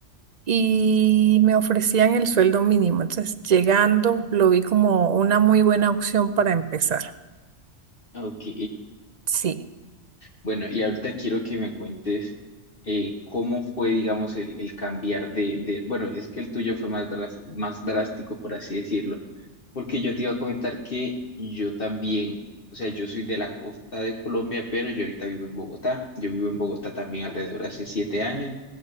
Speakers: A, on the right; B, on the left.
A: y me ofrecían el sueldo mínimo. Entonces, llegando, lo vi como una muy buena opción para empezar.
B: Ok.
A: Sí,
B: Bueno, y ahorita quiero que me cuentes eh, cómo fue, digamos, el, el cambiar de, de- bueno, es que el tuyo fue más, dras- más drástico, por así decirlo, porque yo te iba a comentar que yo también, o sea, yo soy de la costa de Colombia, pero yo ahorita vivo en Bogotá, yo vivo en Bogotá también alrededor de hace siete años,